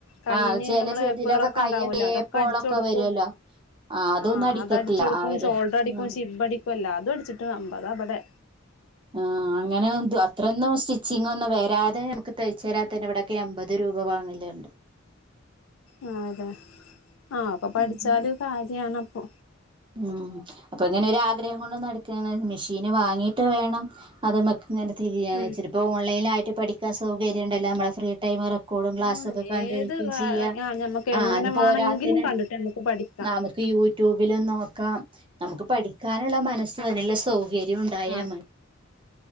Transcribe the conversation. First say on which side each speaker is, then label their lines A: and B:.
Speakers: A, on the left; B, on the right.
A: കയ്യ്ന്
B: ആ ചെല
A: നമ്മള്
B: ഇതിനൊക്കെ
A: പേളൊക്കെണ്ടാവൂലോ
B: കയ്യ തേപ്പോളൊക്കെ
A: അതൊക്കെ അടിച്ചൊടുക്കും
B: വരുവല്ലോ ആ അതൊന്നും
A: ആഹ്
B: അടിക്കത്തില്ല
A: അതടിച്ച് കൊടുക്കും
B: അവര്
A: ഷോൾഡർ അടിക്കും
B: ഉം
A: ഷിബ് അടിക്കുംഎല്ലാതും അടിച്ചിട്ട് അമ്പതാ ഇബടെ
B: ആഹ് അങ്ങനെദു അത്രോന്നും സ്റ്റി ച്ചിങ്ങൊന്നും വരാതെ നമുക്ക് തയ്ച്ച തരാ തന്നെ ഇവിടക്കെ എമ്പത് രൂപ വങ്ങില്ണ്ട്
A: ആ അതെ ആഹ അപ്പൊ പഠിച്ചാലും
B: അങ്ങനെ
A: കാര്യണ അപ്പൊ
B: ഉം അപ്പൊ ഇങ്ങനൊരാഗ്രഹം കൊണ്ട് നടക്കാണ് മെഷീന് വാങ്ങീട്ട് വേണം അത് മക് ഇങ്ങനെ തിരിയാണ്ച്ചരിപ്പോ
A: ഉം
B: ഓൺ ലൈനായിട്ട് പഠിക്കാൻ സൗകര്യംണ്ടല്ലോ നമ്മള ഫ്രീ ടൈമറക്കെ കൂടും ക്ലാസ്സൊക്കെ
A: ഉം
B: കണ്ടഴിക്കും
A: ഏത്
B: ചെയ്യ.
A: ആഹ് ഞമ്മക്ക്
B: ആ
A: എങ്ങനെ
B: ഇഞ്ഞി
A: വാണെങ്കിലും
B: പോരാത്തിന്
A: കണ്ടിട്ട് നമ്മക്ക് പഠിക്കാം
B: നാമ യൂട്യൂബിൽ നോക്കാം നമുക്ക് പഠിക്കാനുള്ള മനസ്അതിനുനുള്ള സൗകര്യം ഉണ്ടായാ
A: ആഹ്
B: മ